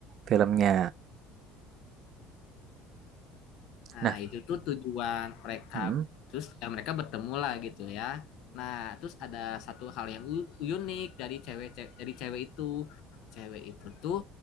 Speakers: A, on the right; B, on the left.
A: filmnya.
B: Nah,
A: Nah,
B: itu tuh tujuan mereka.
A: mm.
B: Terus ya, mereka bertemu lah gitu ya. Nah, terus ada satu hal yang u- unik dari cewek, ce- dari cewek itu. Cewek itu tuh